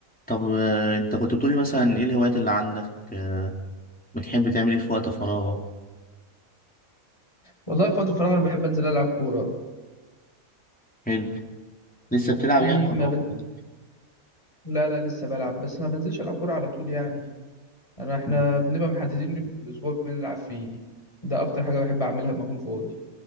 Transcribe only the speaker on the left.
والله في وقت الفراغ انا بحب انزل العب كوره
دي
ما بنزل
لا لا لسه بلعب بس ما بنزلش العب كوره على طول يعني انا احنا
بنبقى محددين يوم في الاسبوع بنلعب فيه ده اكتر حاجه بحب اعملها لما اكون فاضي